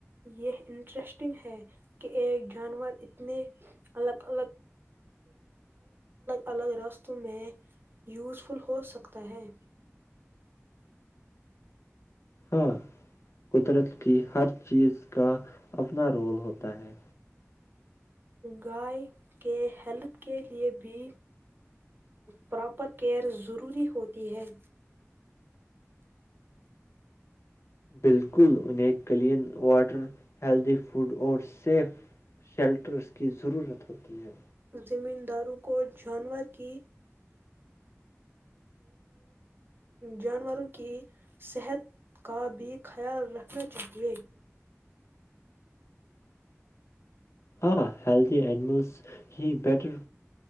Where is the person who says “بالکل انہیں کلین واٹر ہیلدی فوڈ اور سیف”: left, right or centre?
Left